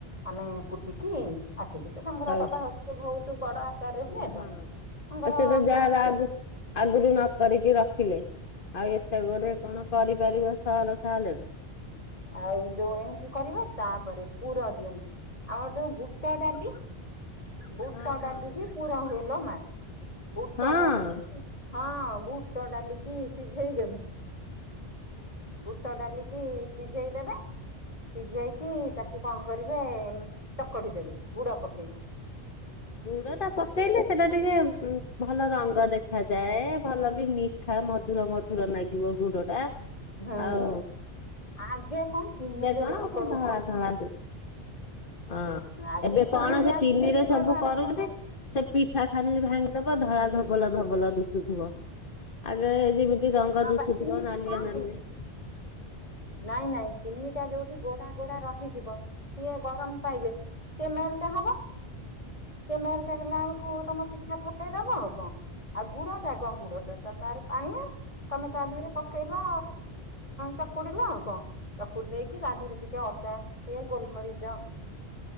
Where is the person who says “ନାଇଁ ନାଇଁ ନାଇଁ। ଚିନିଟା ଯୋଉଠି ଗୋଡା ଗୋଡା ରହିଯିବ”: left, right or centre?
Left